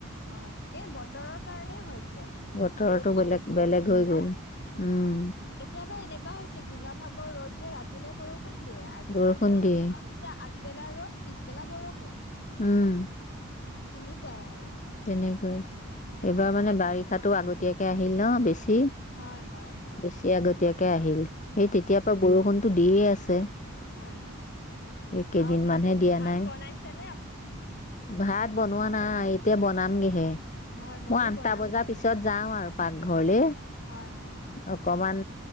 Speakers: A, on the left; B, on the left.
A: হয় এই বতৰৰ কাৰণে হৈছে
B: বতৰটো
A: ৰ'দ
B: বেলেগ
A: আৰু বৰষুণ
B: বেলেগ হৈ
A: যে
B: গ'ল উম,
A: হয় কেতিয়াবা এনেকুৱা হৈছিল দিনৰ ভাগৰ ৰ'দ দিয়ে ৰাতিলে বৰষুণ দিয়ে এতিয়া
B: বৰষুণ দিয়ে
A: এনেকুৱা হৈছে। আগবেলা ৰদ পিছবেলা বৰষুণ
B: উম।
A: সেনেকুৱাই আৰু।
B: নে গৈ।
A: হয়
B: এইবাৰ
A: হয়
B: মানে
A: ভাত
B: বাৰিষাতো আগতে এতিয়াককে আহিল ন বেছি। তি
A: হয় হয় হয়
B: বেছি
A: হয়
B: আগতয়াকে আহিল এই
A: অ
B: তেতিয়াৰ পৰা বৰষুণ। দিয়ে আছে।
A: হয় হয় হয়
B: এই কেইদিনমানহে
A: অ ভাত
B: দিয়া
A: ভাত
B: নাই।
A: বনাইছে নে?
B: ভাত বনোৱা নাই, এতিয়া বনামগেহে।
A: হয় ময়ো
B: মই আঠটা
A: বনামগৈহে
B: বজাৰ পিছত যাও আৰু। পাকঘৰলে
A: হয় হয় হয়।
B: অকমান